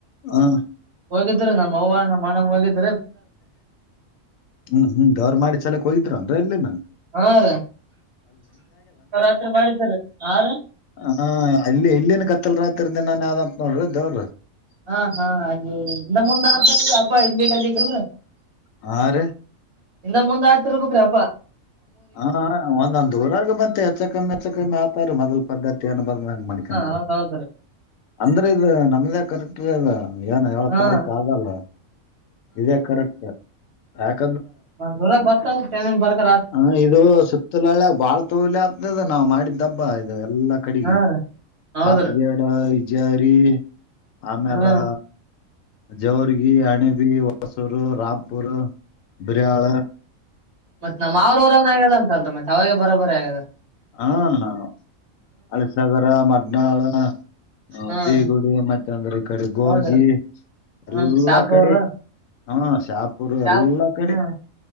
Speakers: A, on the left; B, on the right.
A: ಹ್ಮ್
B: ಹೋಗಿದ್್ರರು ನಮ್ಮ ಅವ್ವ ನಮ್ಮ್ ಅಣ ಹೋಗಿದರು
A: ಹ್ಮ್ ಹ್ಮ್ ದವರ್ ಮಾಡಿ ಚಲಕ್ ಹೋ್ರು ಅಂದ್ರ ಎಲ್ಲೇ ಏನ
B: ಹಾ ರಿ ರಾತ್ರಿ ಮಾಡ್ತೇನೆ ರಿ ಹಾ ರಿ
A: ಹ ಅಲ್ಲಿ ಇಲ್ಲಿೇನ್ ಕತ್ತಲ್ ರಾತ್ರಿ ದಿನಾಾನನ್ ಯಾವ್ದಂತತ್ ನೋಡ್ರಿ ದವರಿ
B: ಹಾ ಹಾ ಹಲ್ಲೆ ಮುಂದ ಆ ಅ ಬಗದಕ್ಕಲ್
A: ಹಾ ರಿ
B: ಇಿಂದ ಮುಂದ್ ಆಯ್ತತಿರ್ಬೇಕ್ರೀ ಅಪ್ಪಾ
A: ಹಾ ಹಾ ಒಂದೊಂದ್ ಊರಾಗ ಮತ್ತೆ ಎಚ್ಚಕಮ್ಮಿ ಎಚ್ಚಕಮ್ಮಿ ಆತಾರ ಮೊದಲ್ ಪದ್ಧತಿ ಏನ ಬಂದಂಗ್ ಮಾಡ್ಕೊ
B: ಹೌದ ಹೌದ್ರೀ
A: ಅಂದ್ರೆ ಇದು ನಮ್ದ ಕರೆಕ್ ಲ್ಲ ಏನ ಏಳ
B: ಹಾ
A: ತಾರೀಕ ಆಗಲ್ಲ ಇದೇ ಕರೆಕ್ಟ್ <unintelligible>
B: ಒಂದಊರ ಬರ್ತಾವ ಟೈಮಿಂಗ್ ಬರ್ತ
A: ಹ ಇದು ಸುತ್ತಲಳ ಬಾಳ್ ತೋಲಿ ಆಗ್ತದ ನಾವ್ ಮಾಡಿದ್ದಬ್ಬ ಇದು ಎಲ್ಲಾ ಕಡೆಗೆ
B: ಹಾ ರೀ ಹೌದ್ರಿ
A: ತತ್ಗೇಡ ಈಜಾರಿ ಆಮೇಲೆ
B: ಹಾ
A: ಜವರ್ಗಿ ಅಣಬಿ ಹೊಸೂರು ರಾಾಮಪುರ್ ಬಿರ್ಯಾಾಳ
B: ಮತ್ತತ್ ನಮ್ಮ್್ರಊರಾಗ ಆಗ್ಯದ ಅಲ್ರಿ ಮತ್ತತ್ ಅವಾಗ ಬರಾಬರ ಆಗ್ಯದಾರ
A: ಹಾ ಅಣ್ಣ ಅಳಸಾಗರ ಮಡ್ನಾಳ ಹ
B: ಹ್ಮ್
A: ಪೀಗುಡಿ ಮತ್ತೆ ಅಂದ್ರ ಈ ಕಡೆ ಗೋಗಿ
B: ಹೌದ್ರಿ
A: ಎಲ್ಲ
B: ಹ್ಮ್ ಶಾಪ್
A: ಕಡೆ
B: ಅವ್ರು
A: ಹಾ ಶಾಪುರ್
B: ಶಾಪ್
A: ಎಲ್ಲಾ
B: ಹ್ಮ್
A: ಕಡೆ